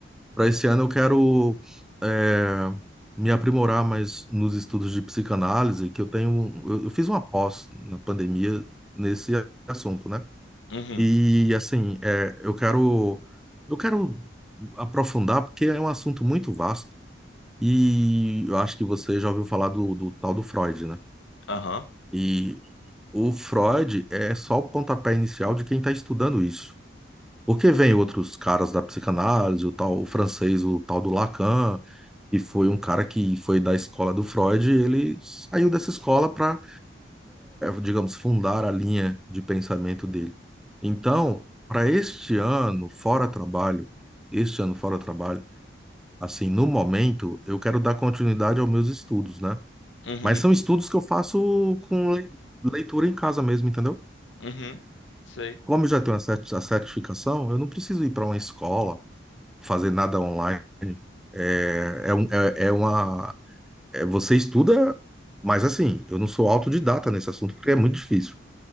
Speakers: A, in the centre; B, on the left.
A: Para esse ano, eu quero é, me aprimorar mais nos estudos de psicanálise, que eu tenho. um- Eu, eu fiz uma pós na pandemia nesse assunto, né?
B: uhum,
A: E, assim, é, eu quero, eu quero aprofundar, porque é um assunto muito vasto. E eu acho que você já ouviu falar do, do tal do Freud, né?
B: aham,
A: E o Freud é só o pontapé inicial de quem está estudando isso. Porque vem outros caras da psicanálise, o tal o francês, o tal do Lacan, e foi um cara que foi da escola do Freud, e ele saiu dessa escola para, digamos, fundar a linha de pensamento dele. Então, para este ano, fora trabalho, este ano fora trabalho, assim, no momento, eu quero dar continuidade aos meus estudos, né?
B: uhum,
A: Mas são estudos que eu faço com le- leitura em casa mesmo, entendeu?
B: uhum, sei,
A: Como eu já tenho a cert- a certificação, eu não preciso ir para uma escola fazer nada online. É, é, um- é- é uma. é- você estuda, mas assim, eu não sou autodidata nesse assunto porque é muito difícil.